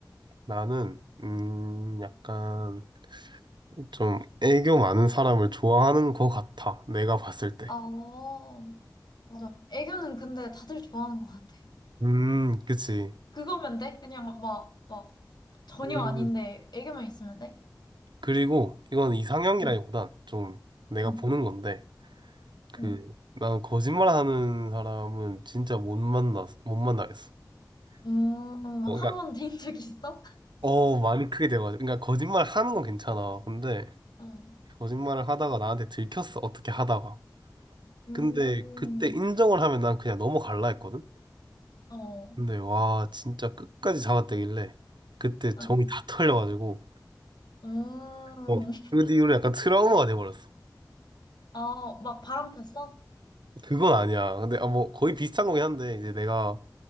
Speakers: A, on the right (about 80°); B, on the left (about 65°).
A: 나는 음, 약간 좀 애교 많은 사람을 좋아하는 것 같아. 내가 봤을 때.
B: 어, 맞아. 애교는 근데 다들 좋아하는 것 같아.
A: 음, 그치.
B: 그거면 돼? 그냥 막, 막, 전혀
A: 음,
B: 아닌데, 애교만 있으면 돼?
A: 그리고 이건 이상형이라기보단
B: 응,
A: 좀 내가
B: 응,
A: 보는 건데, 그
B: 응.
A: 나는 거짓말하는 사람은 진짜 못 만나 못 만나겠어.
B: 음,
A: 어,
B: 한
A: 그러니까
B: 번 데인 적이 있어? <laughs>
A: 어 많이 크게 돼가지고 그러니까 거짓말 하는 건 괜찮아 근데
B: 응.
A: 거짓말을 하다가 나한테 들켰어 어떻게 하다가
B: 음,
A: 근데 그때 인정을 하면 난 그냥 넘어갈라 했거든
B: 어.
A: 근데 와 진짜 끝까지 잡아떼길래 그때
B: 어.
A: 정이 다 털려가지고
B: 음,
A: 어, 그 뒤로 약간 트라우마가 돼버렸어
B: 아, 막 바람 폈어?
A: 그건 아니야 근데 아, 뭐 거의 비슷한 거긴 한데 이제 내가